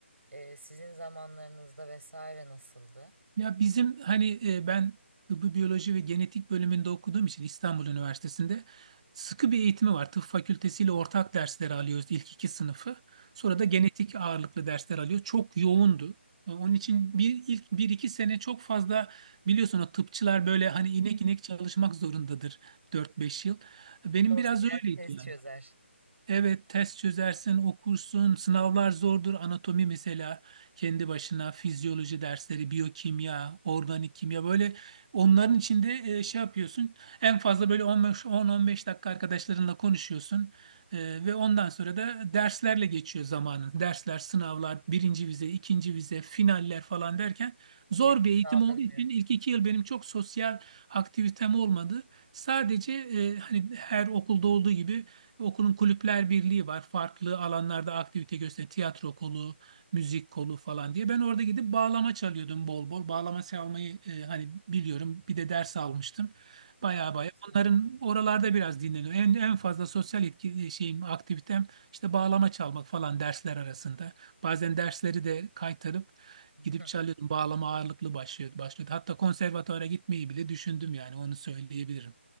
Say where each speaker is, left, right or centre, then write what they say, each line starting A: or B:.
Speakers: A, on the right; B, on the right.
A: e, sizin zamanlarınızda vesaire nasıldı?
B: Ya bizim hani e, ben tıbbi biyoloji ve genetik bölümünde okuduğum için İstanbul Üniversitesi'nde sıkı bir eğitimi var. Tıp fakültesiyle ortak dersleri alıyoruz ilk iki sınıfı. Sonra
A: Hı.
B: da genetik ağırlıklı dersler alıyor. Çok yoğundu. E, Onun için bir ilk bir iki sene çok fazla biliyorsun o tıpçılar böyle hani inek inek çalışmak zorundadır dört beş yıl. Benim
A: Dost
B: biraz
A: yer
B: öyleydi
A: test
B: yani.
A: çözer.
B: Evet, test çözersin, okursun. Sınavlar zordur. Anatomi mesela kendi başına, fizyoloji dersleri, biyokimya, organik kimya böyle onların içinde e, şey yapıyorsun. En fazla böyle 15 10-15 dakika arkadaşlarınla konuşuyorsun. E, ve ondan sonra da derslerle geçiyor zamanın. Dersler, sınavlar, birinci vize, ikinci vize, finaller falan derken zor
A: Nefes
B: bir eğitim
A: aldırmıyor.
B: olduğu için ilk iki yıl benim çok sosyal aktivitem olmadı. Sadece e, hani her okulda olduğu gibi Okulun kulüpler birliği var. Farklı alanlarda aktivite gösteren tiyatro kolu, müzik kolu falan diye. Ben orada gidip bağlama çalıyordum bol bol. Bağlama çalmayı e, hani biliyorum. Bir de ders almıştım. Baya
A: Aa, ne
B: baya.
A: güzel.
B: Onların oralarda biraz dinleniyor. En, en fazla sosyal etki, e, şeyim, aktivitem işte bağlama çalmak falan dersler arasında. Bazen dersleri de kaytarıp
A: <laughs>
B: gidip
A: Hı.
B: çalıyordum. Bağlama ağırlıklı başlıyordu, başlıyordu. Hatta konservatuvara gitmeyi bile düşündüm yani onu söyleyebilirim.